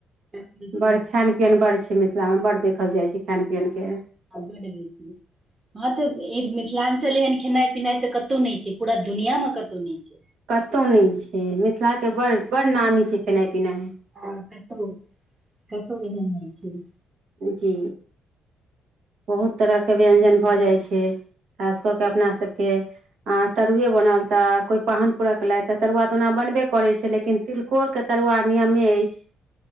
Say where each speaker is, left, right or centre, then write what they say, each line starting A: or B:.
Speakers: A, on the right; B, on the right.
A: बड बेसी
B: बड़
A: हँ
B: खान पियन बड़ छै मिथिला मे बड़ देखल जाइ छै खान पियन के।
A: <unintelligible> हँ तऽ इ मिथिलाञ्चल एहन खेनाइ पिनाइ त कतहु नहि छै पूरा दुनिया मे कतहु नहि छै
B: कतहु नहि छै मिथिला के बड़ बड़ नामी छै खेनाई पिनाई
A: आ कतहु कतहु एहन नहि छै।
B: जी बहुत तरह के व्यंजन भऽ जाइ छै। खास कऽ के अपना सभके अ तरुए बनल तऽ कोई पाहन परक एलथि त तरुआ तऽ ओना बनबे करै छै लेकिन तिलकोर के तरुआ नियमे अछि